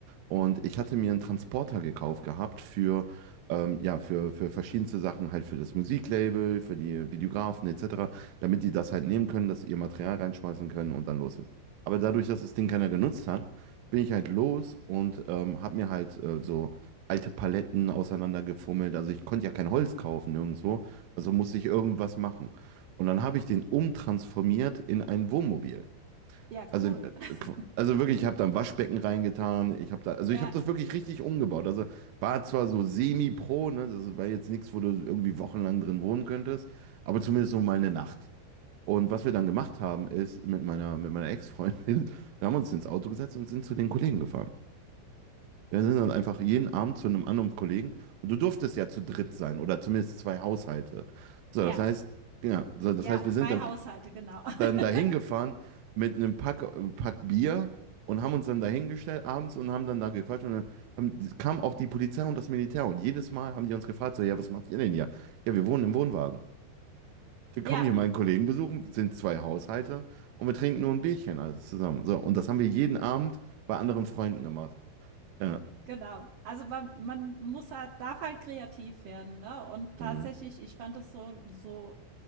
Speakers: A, on the right; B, on the right.
A: Und ich hatte mir einen Transporter gekauft gehabt für, ähm, ja, für, für verschiedenste Sachen, halt für das Musiklabel, für die Videografen etc., damit die das halt nehmen können, dass sie ihr Material reinschmeißen können und dann los sind. Aber dadurch, dass das Ding keiner genutzt hat, bin ich halt los und ähm, habe mir halt äh, so alte Paletten auseinandergefummelt. Also ich konnte ja kein Holz kaufen nirgendwo, also musste ich irgendwas machen. Und dann habe ich den umtransformiert in ein Wohnmobil.
B: Ja,
A: Also,
B: cool.
A: äh,
B: <laughs>
A: also wirklich, ich habe da ein Waschbecken reingetan. Ich habe da, also
B: Ja,
A: ich habe das wirklich richtig umgebaut. Also war zwar so semi-pro, ne, das war jetzt nichts, wo du irgendwie wochenlang drin wohnen könntest, aber zumindest so mal eine Nacht. Und was wir dann gemacht haben, ist mit meiner, mit meiner Ex-Freundin, <laughs> wir haben uns ins Auto gesetzt und sind zu den Kollegen gefahren. Wir sind dann einfach jeden Abend zu einem anderen Kollegen und du durftest ja zu dritt sein oder zumindest zwei Haushalte. So,
B: ja,
A: das heißt, ja, so, das
B: ja,
A: heißt, wir
B: 2
A: sind dann
B: Haushalte, genau. <laughs>
A: dann dahin gefahren mit einem Pack, einem Pack Bier und haben uns dann dahingestellt abends und haben dann da gequatscht und dann haben, kam auch die Polizei und das Militär und jedes Mal haben die uns gefragt, so, ja, was macht ihr denn hier? Ja, wir wohnen im Wohnwagen. Wir
B: Ja,
A: kommen hier meinen Kollegen besuchen, sind zwei Haushalte und wir trinken nur ein Bierchen alles zusammen. So, und das haben wir jeden Abend bei anderen Freunden gemacht. Ja,
B: genau. Also man man muss halt darf halt kreativ werden, ne? Und tatsächlich,
A: mhm.
B: ich fand das so so